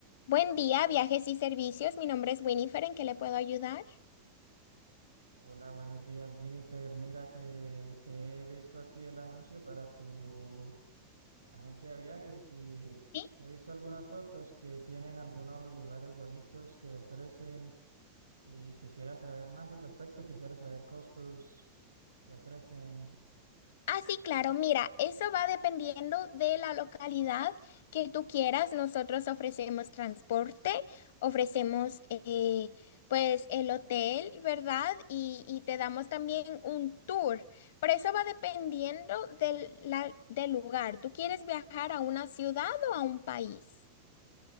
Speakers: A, on the left (about 55°); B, on the right (about 80°).
A: Buen día, viajes y servicios. Mi nombre es Winifred. ¿En qué le puedo ayudar?
B: Hola, buenos días, Winifred. Mira que he visto aquí el anuncio para tu agencia de viajes y
A: Sí.
B: he visto algunas fotos que tienen algunos lugares bonitos que ofrecen y quisiera saber más al respecto, quisiera saber costos que ofrecen.
A: Ah, sí, claro.
B: Y,
A: Mira, eso va dependiendo de la localidad que tú quieras. Nosotros ofrecemos transporte, ofrecemos eh, pues el hotel, ¿verdad? Y, y te damos también un tour. Pero eso va dependiendo del, la- del lugar. ¿Tú quieres viajar a una ciudad o a un país?